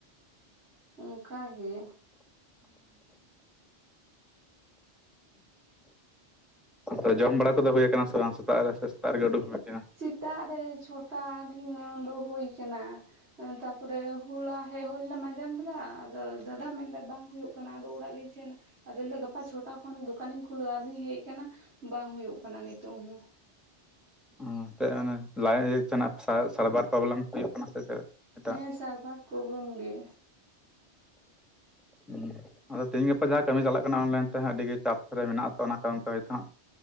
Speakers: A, on the right; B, in the centre.
A: ᱚᱝᱠᱟ ᱜᱮ᱾
B: ᱦᱩᱸ᱾ ᱛᱚ ᱡᱚᱢ ᱵᱟᱲᱟ ᱠᱚᱫᱚ ᱦᱩᱭ ᱠᱟᱱᱟ ᱥᱮ ᱵᱟᱝ ᱥᱮᱛᱟᱜ ᱨᱮ ᱥᱮ ᱥᱮᱛᱟᱜ ᱨᱮᱜᱮ ᱩᱰᱩᱠ ᱦᱩᱭ ᱠᱟᱱᱟ?
A: ᱥᱮᱛᱟᱜ ᱨᱮ ᱪᱷᱚᱴᱟ ᱨᱤᱧ ᱩᱰᱩᱜ ᱦᱩᱭ ᱠᱟᱱᱟ᱾ ᱛᱟᱯᱚᱨᱮ ᱦᱚᱞᱟ ᱦᱮᱡ ᱦᱩᱭ ᱞᱮᱱᱟ ᱢᱟᱡᱟᱱ ᱵᱮᱲᱟ᱾ ᱟᱫᱚ ᱫᱟᱫᱟ ᱢᱮᱱᱫᱟᱭ ᱵᱟᱝ ᱦᱩᱭᱩᱜ ᱠᱟᱱᱟ ᱟᱫᱚ ᱚᱲᱟᱜ ᱞᱤᱧ ᱥᱮᱱ ᱱᱟ ᱟᱫᱚ ᱞᱮᱭ ᱫᱟ ᱜᱟᱯᱟ ᱪᱷᱚᱴᱟ ᱠᱷᱚᱱ ᱫᱚᱠᱟᱱᱤᱧ ᱠᱷᱩᱞᱟᱹᱣ ᱟᱫᱚᱧ ᱦᱮᱡ ᱠᱟᱱᱟ᱾ ᱵᱟᱝ ᱦᱩᱭᱩᱜ ᱠᱟᱱᱟ ᱱᱤᱛᱳᱝ ᱦᱚᱸ᱾
B: ᱚ ᱪᱮᱫ ᱚᱱᱮ ᱞᱟᱭ ᱤᱭᱟᱹ ᱛᱮᱱᱟᱜ ᱥᱟᱭ ᱥᱟᱨᱵᱷᱟᱨ ᱯᱨᱚᱵᱽᱞᱮᱢ ᱦᱩᱭᱩᱜ ᱠᱟᱱᱟ ᱥᱮ ᱪᱮᱫ? ᱮᱴᱟᱜ
A: ᱦᱮᱸ ᱥᱟᱨᱵᱷᱟᱨ ᱯᱨᱚᱵᱞᱮᱢ ᱜᱮ᱾
B: ᱦᱩᱸ᱾ ᱟᱫᱚ ᱛᱤᱦᱤᱧ ᱜᱟᱯᱟ ᱡᱟ ᱠᱟᱹᱢᱤ ᱪᱟᱞᱟᱜ ᱠᱟᱱᱟ ᱚᱱᱞᱟᱭᱤᱱ ᱛᱮ ᱦᱟᱸᱜ᱾ ᱟᱹᱰᱤ ᱜᱮ ᱪᱟᱯ ᱨᱮ ᱢᱮᱱᱟᱜ ᱟᱛᱚ ᱚᱱᱟ ᱠᱟᱨᱚᱱ ᱛᱮ ᱦᱟᱸᱜ